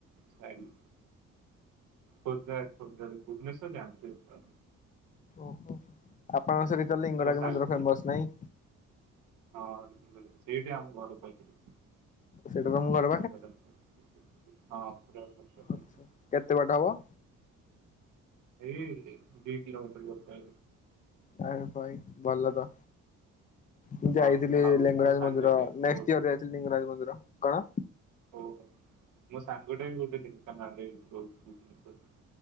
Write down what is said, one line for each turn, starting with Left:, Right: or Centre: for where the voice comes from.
Right: ଖୋର୍ଦ୍ଧା, ଖୋର୍ଦ୍ଧାରେ ଭୁବନେଶ୍ୱର। ସିଏ ଜାଣିଥିବେ ବା।
Left: ଓହୋ ଆପଣଙ୍କ ସେଠି ତ ଲିଙ୍ଗରାଜ
Right: ମୋ ସାଙ୍ଗ
Left: ମନ୍ଦିର ଫେମସ୍ ନାହିଁ।
Right: ହଁ ସେଇଠି ଆମ ଘର ପାଇଥିଲି।
Left: ସେଇଟା ତଙ୍ଗର
Right: <inaudible>
Left: ଆଛା କେତେ ବାଟ ହବ?
Right: ଏଇ ଦି କିିଲୋମିଟର ର
Left: ଆରେ ଭାଇ ଭଲ ତ? ମୁଁ ଯାଇଥିଲି
Right: ହଁ ଆଉ
Left: ଲିଙ୍ଗରାଜ
Right: ମୋ ସାଙ୍ଗଟେ
Left: ମନ୍ଦିର ନେଷ୍ଟ
Right: ଓ
Left: ଇୟର ଯାଇଥିଲି ଲିଙ୍ଗରାଜ ମନ୍ଦିର କଣ?
Right: ଓହୋ ମୋ ସାଙ୍ଗଟା ବି ଗୋଟେ ଢେଙ୍କାନାଳ ରହୁଛି ଭୁବନେଶ୍ଵର।